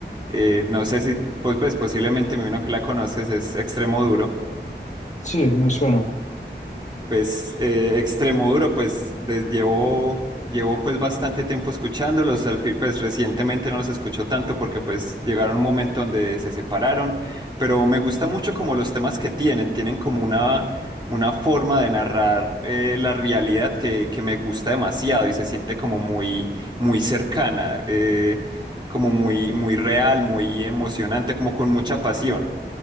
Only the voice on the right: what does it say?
Eh, no sé si, pues, pues posiblemente me imagino que la conoces, es Extremo Duro.
Pues eh, Extremo Duro, pues de- llevo, llevo pues bastante tiempo escuchándolos, al fin, pues recientemente no los escucho tanto porque pues llegaron un momento donde se separaron, pero me gusta mucho como los temas que tienen, tienen como una, una forma de narrar eh, la realidad que, que me gusta demasiado y se siente como muy, muy cercana, eh, como muy, muy real, muy emocionante, como con mucha pasión.